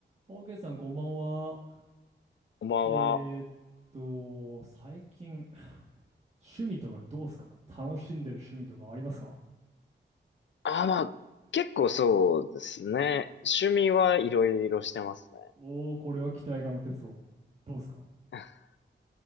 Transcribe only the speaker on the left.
こんばんは。
あ、まあ、結構そうですね。趣味はいろいろしてますね。
<laughs>